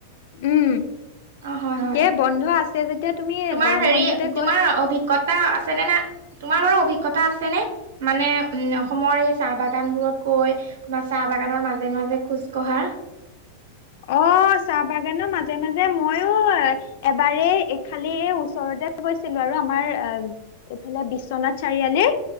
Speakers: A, on the left; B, on the right.
A: উম',
B: অ হয় হয়
A: এ বন্ধ আছে। যেতিয়া তুমি
B: তোমাৰ
A: গৰম
B: হেৰি
A: বন্ধতে গৈ
B: তোমাৰ অভিজ্ঞতা আছে নে নাই? তোমাৰ বাৰু অভিজ্ঞত তা আছেনে? মানে উম, অসমৰ এই চাহ বাগান বোৰত গৈ তোমাৰ চাহ বাগানৰ মাজে মাজে খোজ কঢ়া
A: অ', চাহ বাগানৰ মাজে মাজে মইয়ো এবাৰেই এই খালি ওচৰত তে গৈছিলোঁ আৰু আমাৰ এ এইফালে বিশ্বনাথ চাৰিআলি